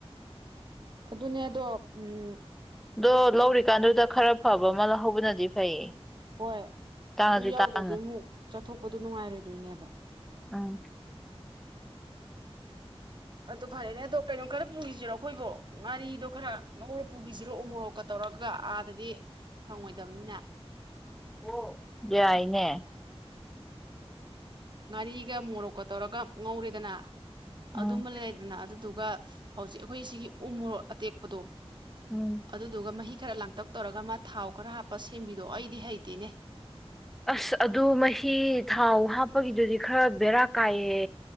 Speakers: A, on the right (about 45°); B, in the centre.
A: ꯑꯗꯨꯅꯦ ꯑꯗꯣ ꯎꯝ
B: ꯑꯗꯣ ꯂꯧꯔꯤꯀꯥꯟꯗꯨꯗ ꯈꯔ ꯐꯕ ꯑꯃ ꯂꯧꯍꯧꯕꯅꯗꯤ ꯐꯩꯌꯦ꯫
A: ꯍꯣꯏ
B: ꯇꯥꯡꯉꯁꯨ
A: ꯑꯗꯨ ꯌꯥꯎꯗ꯭ꯔꯗꯤ
B: ꯇꯥꯡꯅ
A: ꯑꯃꯨꯛ ꯆꯠꯊꯣꯛꯄꯗꯣ ꯅꯨꯡꯉꯥꯏꯔꯣꯏꯗꯣꯏꯅꯦꯕ꯫
B: ꯎꯝ꯫
A: ꯑꯗꯨ ꯐꯔꯦꯅꯦ ꯑꯗꯣ ꯀꯩꯅꯣ ꯈꯔ ꯄꯨꯈꯤꯁꯤꯔꯣ ꯑꯩꯈꯣꯏꯕꯨ ꯉꯥꯔꯤꯗꯣ ꯈꯔ ꯉꯧꯔ ꯄꯨꯈꯤꯁꯤꯔꯣ ꯎꯃꯣꯔꯣꯛꯀ ꯇꯧꯔꯒ ꯑꯥꯗꯗꯤ ꯐꯪꯉꯣꯏꯗꯕꯅꯤꯅ꯫
B: ꯑꯣ ꯌꯥꯏꯅꯦ꯫
A: ꯉꯥꯔꯤꯒ ꯃꯣꯔꯣꯛꯀ ꯇꯧꯔꯒ ꯉꯧꯔꯦꯗꯅ꯫
B: ꯎꯝ
A: ꯑꯗꯨꯃ ꯂꯩꯗꯅ ꯑꯗꯨꯗꯨ ꯑꯗꯨꯒ ꯍꯧꯖꯤꯛ ꯑꯩꯈꯣꯏ ꯁꯤꯒꯤ ꯎ ꯃꯣꯔꯣꯛ ꯑꯇꯦꯛꯄꯗꯣ꯫
B: ꯎꯝ
A: ꯑꯗꯗꯨꯒ ꯃꯍꯤ꯫ ꯈꯔ ꯂꯥꯡꯇꯛ ꯇꯧꯔꯒ ꯃꯥ ꯊꯥꯎ ꯈꯔ ꯍꯥꯞꯄ ꯁꯦꯝꯕꯤꯗꯣ ꯑꯩꯗꯤ ꯍꯩꯇꯦꯅꯦ
B: ꯑꯁ ꯑꯗꯨ ꯃꯍꯤ ꯊꯥꯎ ꯍꯥꯞꯄꯒꯤꯗꯨꯗꯤ ꯈꯔ ꯕꯦꯔꯥ ꯀꯥꯏꯑ